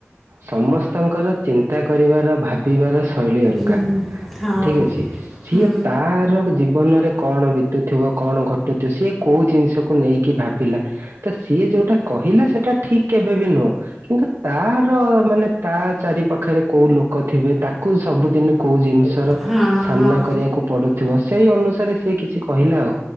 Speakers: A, on the right; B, in the centre.
A: ସମସ୍ତଙ୍କର ଚିନ୍ତା କରିବାର ଭା ପିବାର ଶୈଳୀ ଅଲଗା
B: ହୁଁ, ହଁ
A: ଠିକ ଅଛି ସିଏ
B: ହୁଁ
A: ତା ର ଜୀବନରେ କଣ ବି ଘଟୁଥିବ କଣ ଘଟୁଥିବ ସିଏ କୋଉଁ ଜିନିଷକୁ ନେଇକି ଭାବିଲା ତ ସିଏ ଯୋଉଁଟା କହିଲେ ସେଇଟା ଠିକ କେବେ ବି ନୁହଁ କିନ୍ତୁ ତାର ମାନେ ତା ଚାରି ପାଖରେ କୋଉଁ ଲୋକ ଥିବେ ତାକୁ ସବୁଦିନ କୋଉଁ ଜିନିଷର
B: ହଁ
A: ସାମ୍ନା
B: ହଁ
A: କରିବାକୁ ପଡୁଥିବ ସେଇ ଅନୁସାରେ ସିଏ କିଛି କହିଲା ଆଉ